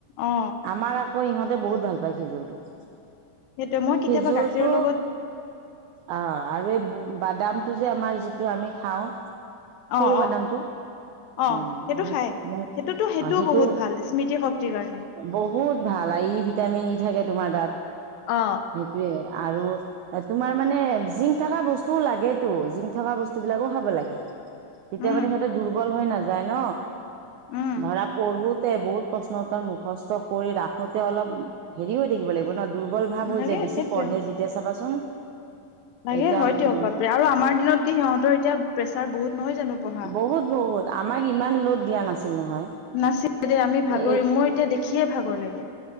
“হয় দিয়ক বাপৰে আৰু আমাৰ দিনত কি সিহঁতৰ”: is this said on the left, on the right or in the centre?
Left